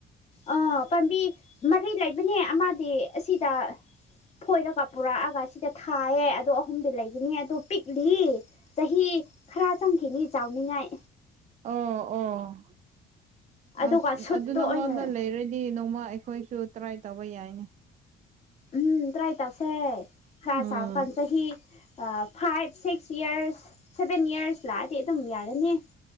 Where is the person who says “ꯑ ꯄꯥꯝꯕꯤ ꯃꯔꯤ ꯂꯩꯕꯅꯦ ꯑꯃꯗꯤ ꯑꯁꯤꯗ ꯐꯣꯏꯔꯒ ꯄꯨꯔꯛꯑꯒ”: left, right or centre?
Left